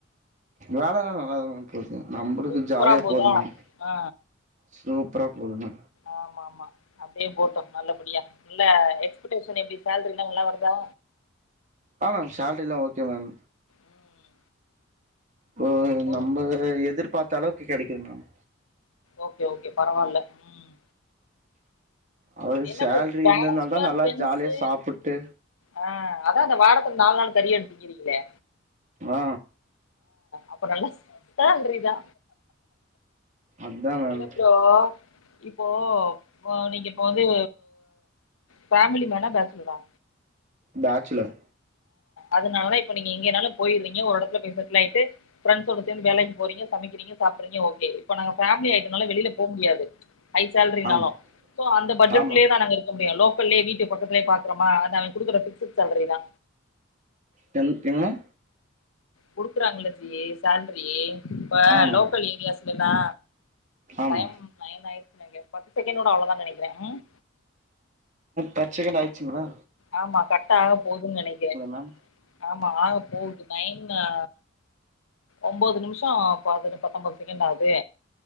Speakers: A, on the right; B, on the left.
A: வேலலா நல்லாதா மேம் போது நம்புளுக்கு
B: சூப்பரா
A: ஜாலியா
B: போதா
A: போது மேம்
B: ஆ
A: சூப்ரா போது மே
B: ஆமா ஆமா அப்டே போட்டு நல்லபடியா இல்ல எக்ஸ்படேஷன் எப்டி சேல்ரிலா நல்லா வர்தா
A: ஆ சேல்ரிலா ஓகே தான்
B: ம்.
A: போ
B: ஒரு
A: நம்ப எதுர்பாத்த அளவுக்கு கெடக்கிது மேம்
B: ஓகே ஓகே பரவால்ல ம்
A: அது
B: என்னப்பேஜ்
A: சேல்ரி
B: பேச்சுலர்
A: இருந்ததுனால தா நல்லா
B: பென்ஸு
A: ஜாலியா சாப்புட்டு
B: அ அதா அந்த வாரத்துக்கு நாலு நாள் கறியட் திங்கிறீங்ளே
A: ஆ
B: அப்ப நல்ல சேல்ரி தா
A: அதா மேம்
B: இல்ல ப்ரோ போ ஒ நீங்க இப்ப வந்து ஃபேமிலி மேனா பேச்சிலரா
A: பேச்சுலர்
B: அதுனால இப்ப நீங்க எங்கேனாலு போய்ருவீங்க ஒரு எடத்துல போய் செட்டுல் ஆயிட்டு ஃபிரெண்ஸோட சேந்து வேலைக் போறீங்க சமக்கிறீங்க சாப் அப்றிங்க ஓகே இப்ப நாங்க ஃபேம்லி ஆயிட்டனால வெளியில போ முடியாது ஹை சேல்ரினாலு
A: ஆமா
B: சோ அந்த பட்ஜெட்குள்ளே
A: ஆமா
B: தா நாங்க இருக்க முடியு லோ கொல்லே வீட்டு பக்கத்லே பாக்ரமா அத் அவேன் குடுக்குற ஃபிக்சுட் சேல்ரி தா
A: டென் <unintelligible>
B: குடுக்குறாங்ள்ள ஜி சேல்ரி இப்ப
A: ஆமா
B: லோக்கல் ஏரியாஸ்லலா
A: ஆமா
B: டைம் நயன் ஆயிர்ச் நென்க்ர பத்து செக்கேண்டோட அவ்ளோ தா நெனக்கிற ம்
A: பச் செகேண் ஆயிச்சிங்ளா
B: ஆமா கட் ஆக போதுன் நெனக்கிற
A: மேம்
B: ஆமா ஆக போவுது நைன் அ ஒன்போது நிம்ஷோ பதுனு பத்தம்போது செகேண் ஆவ்து